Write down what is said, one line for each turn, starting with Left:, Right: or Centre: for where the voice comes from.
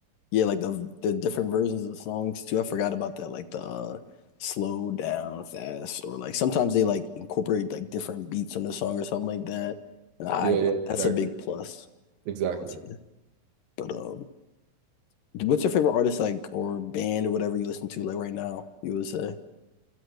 Left: Yeah, like the the different versions of songs too. I forgot about that. Like the uh, slow down fast, or like sometimes they like incorporate like different beats on the song or something like that. And I
Right: Yeah, yeah, exactly,
Left: that's a big plus,
Right: exactly.
Left: I would say. But um, what's your favorite artist like or band or whatever you listen to like right now? You would say